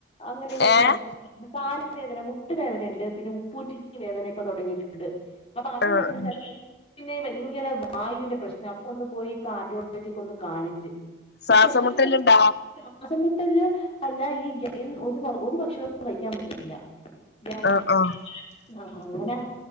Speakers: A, on the left; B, on the left.
A: അങ്ങനെ ഇങ്ങനൊക്കെ
B: ഏഹ്
A: പറയും കാല് വേദന മുട്ട് വേദന ഉണ്ട് പിന്നെ ഉപ്പൂറ്റിക്ക് വേദന ഇപ്പൊ തൊടങ്ങീട്ട് ണ്ട് അപ്പൊ അത്
B: ആഹ്
A: രണ്ട്
B: ആഹ്
A: സ്ഥലത്ത് പിന്നെ ഭയങ്കര വായുവിന്റെ പ്രശ്ന അപ്പൊ ഒന്ന് പോയി കാർഡിയോളജിയൊക്കൊന്ന് കാണിച്ച്.
B: ശ്വാസംമുട്ടലുണ്ടോ
A: ആഹ് പ്രശ്നല്ല ശ്വാസംമുട്ടൽ അല്ല ഈഏ ഒരു ഒരു ഭക്ഷണോന്നും കഴിക്കാൻ പറ്റുന്നില്ല ഗ്യാസ്
B: ആഹ് ആഹ്
A: ആഹ് അങ്ങനെ